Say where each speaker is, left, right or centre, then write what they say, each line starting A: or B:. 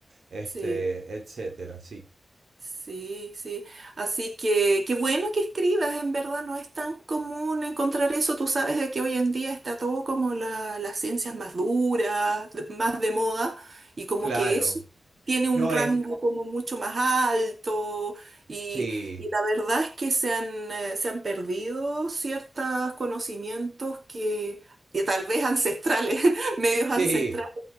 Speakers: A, on the right; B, on the right.
A: este,
B: sí.
A: etcétera, sí.
B: Sí, sí. Así que qué bueno que escribas, en verdad no es tan común encontrar eso. Tú sabes de que hoy en día está todo como la- las ciencias más duras, de- más de moda, y como
A: Claro.
B: que eso tiene un
A: No
B: rango
A: es...
B: como mucho más alto, y,
A: Sí,
B: y la verdad es que se han, eh, se han perdido ciertos conocimientos que, que tal vez ancestrales, <laughs> medios
A: sí,
B: ancestrales,